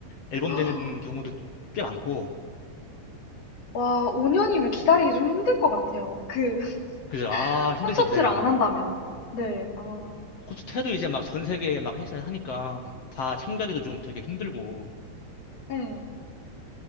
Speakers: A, on the left; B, on the left.
A: 앨범
B: <gasps>
A: 내는 경우도 꽤 많고
B: 와 5 년이면 기다리기 좀 힘들 것 같아요. 그 <laughs>
A: 그래서 아 힘들죠
B: 콘서트를
A: 기다리기
B: 안 한다면. 네. 아.
A: 콘서트 해도 이제 막 전 세계에 막 해서 하니까 다 참가하기도 좀 되게 힘들고
B: 네,